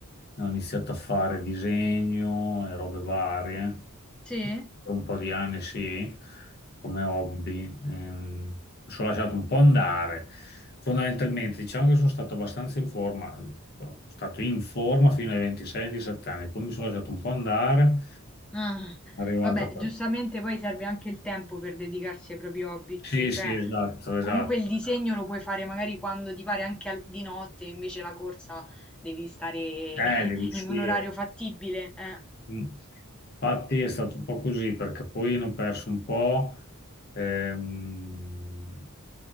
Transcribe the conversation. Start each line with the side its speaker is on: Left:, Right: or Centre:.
Left: ho iniziato a fare disegno e robe varie,
Centre: Sì?
Left: per un po' di anni sì, come hobby. Ehm, mi sono lasciato un po' andare. Fondamentalmente, diciamo che sono stato abbastanza in forma, sono stato in forma fino ai 26-27 anni, poi mi sono lasciato un po' andare,
Centre: Ah,
Left: arrivato
Centre: vabbè,
Left: a
Centre: giustamente poi serve anche il tempo per dedicarsi ai propri hobby,
Left: sì,
Centre: mm, cioè
Left: sì, esatto, esatto.
Centre: comunque il disegno lo puoi fare magari quando ti pare anche al- di notte, invece la corsa devi stare
Left: Eh,
Centre: <laughs>
Left: devi uscire.
Centre: in un orario fattibile, eh,
Left: Mm. Infatti è stato un po' così perché poi ne ho perso un po'. ehm,